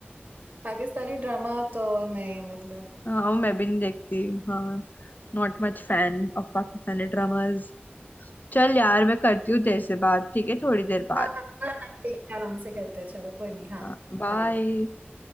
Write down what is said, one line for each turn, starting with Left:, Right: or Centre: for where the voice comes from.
Right: पाकिस्तानी ड्रामा तो नहीं मतलब
Left: हाँ मैं भी नहीं देखती हाँ Not much fan of Pakistani dramas चल यार मैं करती हूँ तेरे से बात ठीक है थोड़ी देर बाद
Right: हाँ हाँ, हाँ, ठीक है आराम से करते हैं चलो कोई नहीं हाँ
Left: बाय
Right: बाय